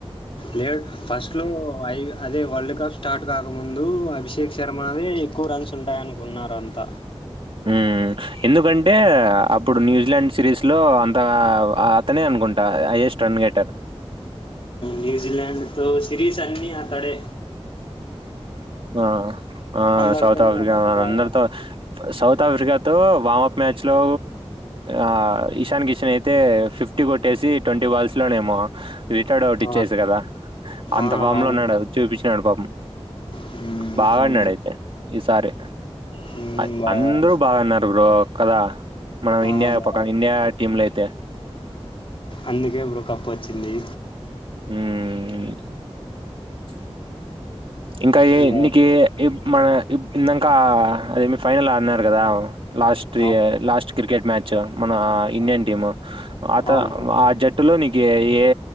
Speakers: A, on the left; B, on the right.
A: లేడ్ ఫస్ట్ లో ఐగ్ అదే వరల్డ్ కప్ స్టార్ట్ కాకముందు అభిషేక్ శర్మదే ఎక్కువ రన్స్ ఉంటాయనుకున్నారు అంతా
B: హ్మ ఎందుకంటే అప్పుడు న్యూజిలాండ్ సిరీస్ లో అంత అతనే అనుకుంటా హైయెస్ట్ రన్ గేటర్
A: న్యూజీలండ్ త సిరిస్ అన్ని తడే
B: ఆ ఆ
A: అందరితోనూ
B: సౌత్ ఆఫ్రికా
A: అతనే
B: ఆ
A: బాగా
B: అందరితో
A: ఆడుతాడు
B: సౌత్ ఆఫ్రికాతో వామ్ప్ మ్యాచ్ లో ఆ ఇషాన్ కిషన్ అయితే ఫిఫ్టీ కొట్టేసి ట్వంటీ బాల్స్లోనేమో రిటైర్డ్ అవుట్ ఇచ్చేసే
A: ఆ
B: కదా అంత
A: ఆ
B: ఫామ్లోన్నాడు
A: అవును
B: చూపించాడు పాపం
A: హ్మ్
B: బాగా
A: అవును
B: ఆనడైతే
A: బ్రో.
B: ఈసారి
A: హ్మ్.
B: ఐ
A: బావున్నా.
B: అందరూ బాగ్ అడ్నరు బ్రో క్కద మనం
A: ఆ!
B: ఇండియా
A: బావున్నా.
B: పక్కన ఇండియా టీమ్ లో అయితే
A: అందుకే బ్రో కప్పు వచ్చింది
B: మ్మ్ అ ఇంకా ఏ
A: ఇంగా
B: నీకి ఎ ఏం మన ఇందాంక అదేమి ఫైనల్ ఆడినారు కదా లాస్ట్ ఇ
A: అవును.
B: లాస్ట్ క్రికెట్ మ్యా చ్చ మన ఇండియన్
A: అవును.
B: టీమ్ అత
A: అవును బ్రో.
B: ఆ జట్టులోని ఏ ఏ